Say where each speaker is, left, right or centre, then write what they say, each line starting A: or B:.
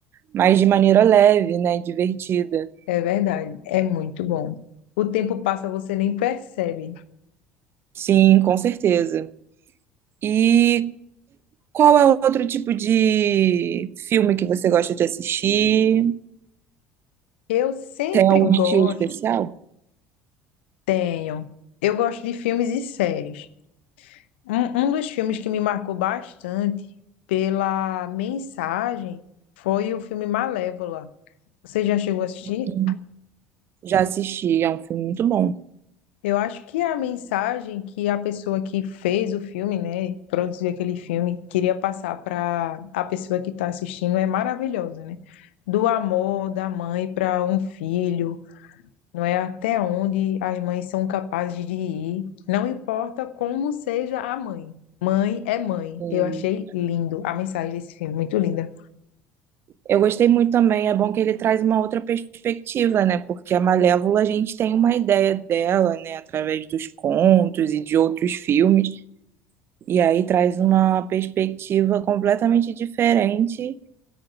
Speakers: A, on the right; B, on the left.
A: mas de maneira leve, né? Divertida.
B: É verdade, é muito bom. O tempo passa, você nem percebe.
A: Sim, com certeza. E Qual é o outro tipo de filme que você gosta de assistir?
B: Eu sempre
A: É um
B: gosto,
A: estilo especial?
B: tenho. Eu gosto de filmes e séries. Um, um dos filmes que me marcou bastante pela mensagem foi o filme Malévola. Você já chegou a assistir?
A: Hum, já assisti, é um filme muito bom.
B: Eu acho que a mensagem que a pessoa que fez o filme, né, produziu aquele filme, queria passar para a pessoa que está assistindo é maravilhosa, né? Do amor da mãe para um filho, não é até onde as mães são capazes de ir, não importa como seja a mãe. Mãe é mãe.
A: Hum.
B: Eu achei lindo a mensagem desse filme, muito linda.
A: Eu gostei muito também, é bom que ele traz uma outra perspectiva, né? Porque a Malévola a gente tem uma ideia dela, né? Através dos contos e de outros filmes. E aí traz uma perspectiva completamente diferente.